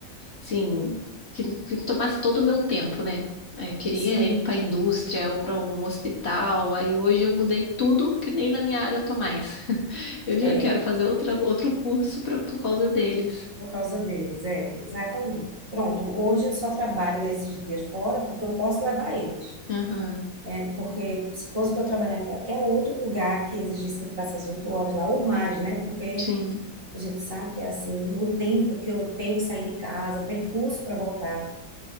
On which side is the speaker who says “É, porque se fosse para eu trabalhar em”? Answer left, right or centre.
Right